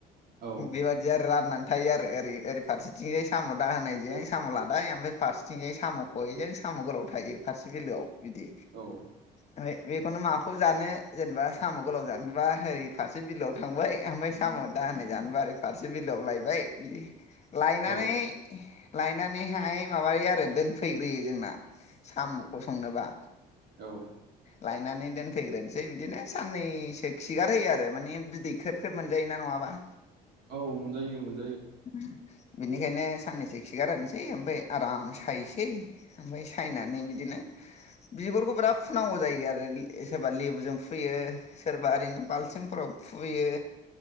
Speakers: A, on the right (about 70°); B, on the left (about 40°).
A: औ
B: बेबायदि आरो राननानै। थायो आरो ओरै ओरै फारसेथिंजाय साम' दाहोनायजों साम' लादाइ ओमफ्राय फारसेथिंजाय साम' खहेजों सा। साम' गोलाव थायो फारसे बिलोआव बिदि
A: औ
B: ओमफ्राय बेखौनो माखौ जानो जेनेबा साम' गोलाव जानोबा ओरि फारसे बिलोआव थांबाय ओमफ्राय साम' दा आनाय जानबो आरो फारसे बिलोआव लायबाय बिदि लायनानै
A: औ
B: लायनानैहाय माबायो आरो दोनफैग्रोयो जोंना साम'खौ संनोबा
A: औ।
B: लायनानै दोनफैग्रोनोसै बिदिनो साननैसो खिगारहोयो आरो माने बिदै ख्रेब ख्रेब मोनजायोना नङा बा।
A: औ मोनजायो मोनज
B: उम। बिनिखायनो साननैसो खिगार होनसै ओमफाय आराम सायसै ओमफाय सायनानै बिदिनो बिगुरखौ बिराद फुनांगौ जायो आरो सोरबा लेबुजों फुयो सोरबा ओरैनो बाल थिमफोराव फुयो।